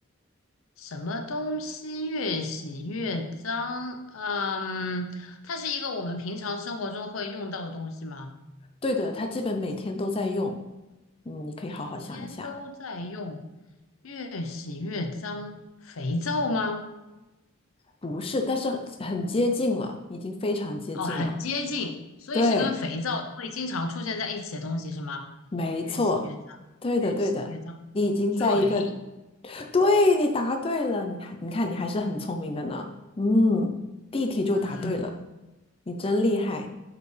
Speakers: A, on the left; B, on the left.
A: 什么东西越洗越脏？嗯，它是一个我们平常生活中会用到的东西吗？
B: 对的，它基本每天都在用。嗯，你可以好好想一下，
A: 每天都在用，越洗越脏，肥皂吗？
B: 不是，但是很接近了，已经非常接近了。
A: 哦，很接近，所以是跟肥皂会经常出现在一起的东西是吗？
B: 对，没错，
A: 越洗越脏，
B: 对的，
A: 越洗越脏，
B: 对的，你已经在一个，
A: 水，
B: 对，你答对了，你还，你看你还是很聪明的呢。嗯，第一题就答对了，
A: 嗯。
B: 你真厉害，